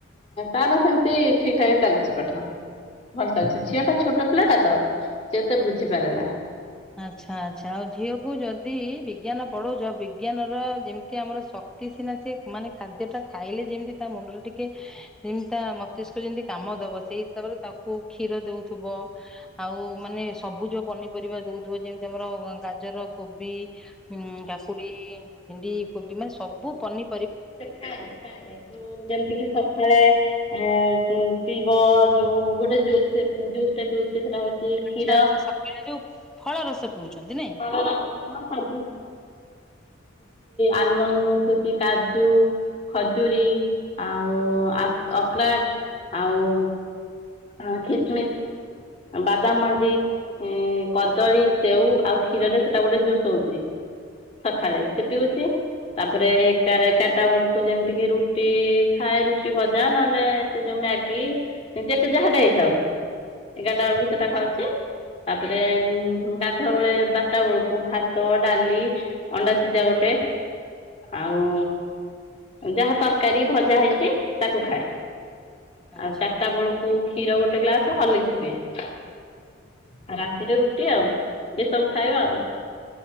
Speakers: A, on the left (about 30°); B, in the centre.
A: ତାର ସେମିତି ଠିକ୍ ଠାକ୍ ଚଳୁଛି ପାଠ ଝିଅଟା ଛୋଟ ପିଲାଟା ଟ ଏତେ ବୁଝି ପାରେନା।
B: ଆଚ୍ଛା ଆଚ୍ଛା ଆଉ ଝିଅକୁ ଯଦି ବିଜ୍ଞାନ ପଢଉଛ ବିଜ୍ଞାନର ଯେମିତି ଆମର ଶକ୍ତି ସିନା ସେ ମାନେ ଖାଦ୍ୟ ଟା ଖାଇଲେ ଯେମତି ତା ମୁଣ୍ଡରେ ଟିକେ ଯେମିତି ତା ମସ୍ତିଷ୍କ ଯେମିତି କାମ ଦବ ସେଇ ହିସାବରେ ତାକୁ କ୍ଷୀର ଦଉଥିବ ଆଉ ମାନେ ସବୁଜ ପନିପରିବା ଦଉ <unintelligible> ତ ଆମର ଗାଜର କୋବି ହୁଁ କାକୁଡିୀ ଭେଣ୍ଡି କୋବି ନା ସବୁ ପନି
A: ସେ ଖାଏ ଖାଏ ଯେମିତି କି ସକାଳେ ଆ ଁ ପିବ ଯୋଉ ଗୋଟେ ଜୁସ୍ ଜୁସ୍ ଟାଇପ୍ ସେଟା ହଉଛି କ୍ଷୀର
B: ଆଚ୍ଛା ଆଛା ସକାଳେ ଯୋଉ ଫଳ ରସ ପିଉଛନ୍ତି ନାଇଁ
A: <unintelligible> ଯେମିତି ଆଲ୍ମଣ୍ଡ ମିଶୁଚି, କାଜୁ, ଖଜୁରୀ ଆଉ ଆ ଅଖ୍ରୋଟ ଆଉ। ହଁ କିସମିସ୍। ବାଦାମ ମଞ୍ଜି, କଦଳୀ, ସେଉ ଆଉ କ୍ଷୀରରେ ସେଟା ଗୋଟେ ଜୁସ୍ ହଉଚି ସକାଳେ। ସେ ପିଉଚି ତାପରେ ଏଗାରଟା ବେଳକୁ ଯେମିତିକି ରୁଟି ଖାଏ। ରୁଟି ଭଜା ନହେଲେ ସେ ଯଉ ମ୍ୟାଗି ଯାହାଟେ ହେଇଥାଉ। ଏଗାରଟା ବେଳକୁ ସେଟା
B: ଆଚ୍ଛା
A: ଖାଉଚି। ତାପରେ ଗାଧୁଆ ବେଳେ ବାରଟା ବେଳକୁ ଭାତ, ଡାଲି, ଅଣ୍ଡା ସିଝା ଗୋଟେ ଆଉ ଯାହା ତରକାରୀ ଭଜା ହେଇଚି ତାକୁ ଖାଏ।
B: ଆଚ୍ଛା
A: ଆଉ ଚାରିଟା ବେଳକୁ କ୍ଷୀର ଗୋଟେ ଗ୍ଲାସ ହର୍ଲିକ୍ସ। ଏ। ଆଉ ରାତିରେ ରୁଟି ଆଉ ଏସବୁ ଖାଇବା ଆଉ।